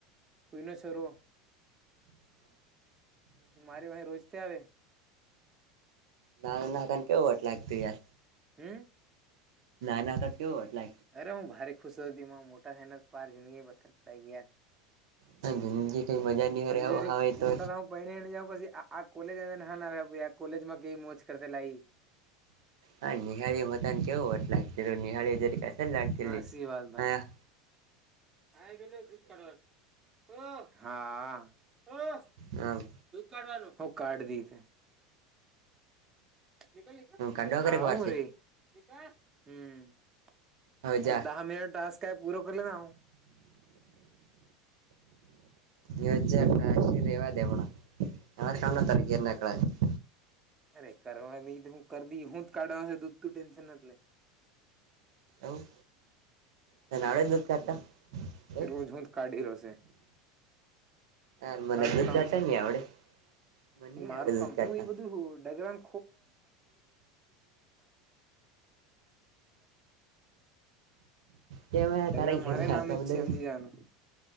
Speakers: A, on the right; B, on the right.
A: કોઈનો છોરો મારી વાહી રોજતે આવે.
B: નારેના અટાણે કેવું વટ લાગતું યાર.
A: હે
B: ના ના તો કેવો એટલે
A: અરે હું ભારે ખુશ હતીમાં મોટા થના પાર જિંદગી પથર પતા ગયા
B: <unintelligible> કઈ મજા ની
A: <unintelligible>
B: હ હવે તો
A: મોટાર <unintelligible> પણે એને જઉ પછી આ કોલેજ અહીં આવ્યા કોલેજમાં કેઈ મોજ કરતે લાઈ
B: હા, નિહાળી હોતાને કેવું હતા. નિહાળી જરીક અસલ લાગ <unintelligible>
A: હા સી વાત ભાઈ <unintelligible>
B: આમ
A: <unintelligible> <unintelligible>
B: કાઢવા કરે વાર છે
A: <unintelligible>
B: હવે જા બે હજાર આઠથી રહેવા દે હમણાં.
A: હું.
B: <unintelligible>
A: <unintelligible> કાઢવાનું દૂધ તું ટેન્શન નથી લે
B: એવું તને આવડે દૂધ કાઢતા?
A: તે
B: એ
A: રોજ હુંજ કાઢી રો સે
B: ના મને દૂધ
A: જ કામ
B: કાઢતા
A: છે
B: ની આવડે મને નહી
A: એ મારું
B: આવડે દૂધ
A: કામ
B: કાઢતા
A: હું બધું હું ડગરાન
B: કેમ હે
A: <unintelligible> ડગરા
B: તારા ઘેરના
A: મારે નામે
B: આટલા
A: જ
B: બધા
A: છે
B: રે
A: હમજી જાનું